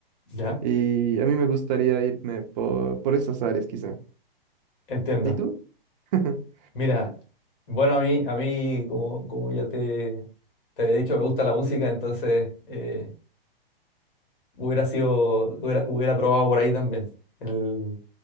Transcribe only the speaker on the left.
ya,
entiendo.
Mira, bueno, a mí, a mí como, como ya te, te había dicho, me gusta la música, entonces... eh, hubiera sido, hubiera, hubiera probado por ahí también, el-